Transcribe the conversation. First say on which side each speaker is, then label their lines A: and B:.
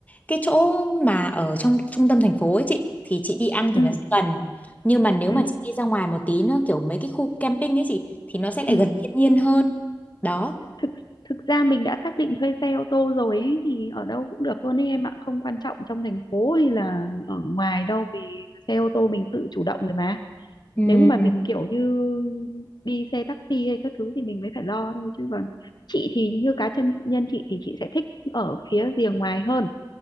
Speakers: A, on the left; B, on the left.
A: cái chỗ mà ở trong trung tâm thành phố ấy chị thì chị đi ăn thì
B: ừ
A: nó sẽ gần nhưng mà nếu
B: ừ
A: mà chị đi ra ngoài một tí nữa kiểu mấy cái khu camping ấy chị thì nó sẽ lại
B: ừ
A: gần thiên nhiên hơn đó
B: thực thực ra mình đã xác định thuê xe ô tô rồi ấy, thì ở đâu cũng được luôn ấy em ạ không quan trọng trong thành phố hay là ở ngoài đâu vì xe ô tô mình tự chủ động rồi mà
A: Ừm,
B: nếu mà mình kiểu như đi xe taxi hay các thứ thì mình mới phải lo thôi chứ còn chị thì như cá chân nhân chị thì chị sẽ thích ở phía rìa ngoài hơn